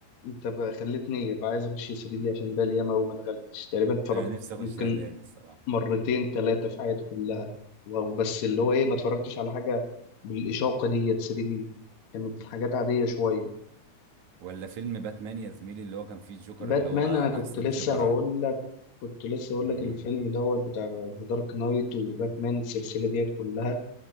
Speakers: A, on the left; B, on the right.
A: انت بقى خلتني بقى عايز اخش 3 دي عشان بقى ياما وما دخلتش تقريبا اتفرجت
B: انا نفسي اخشها
A: ممكن
B: تاني الصراحه
A: مرتين ثلاثه في حياتي كلها وبس اللي هو ايه ما اتفرجتش على حاجه بالاشاقه ديت 3 دي كانت الحاجات عاديه شويه
B: ولا فيلم باتمان يا زميلي اللي هو كان فيه الجوكر
A: باتمان
B: اللي هو
A: انا كنت
B: احسن
A: لسه
B: جوكر
A: هقول لك كنت لسه هقول
B: امم
A: لك الفيلم دوت بتاع ذا دارك نايت وباتمان السلسله ديت كلها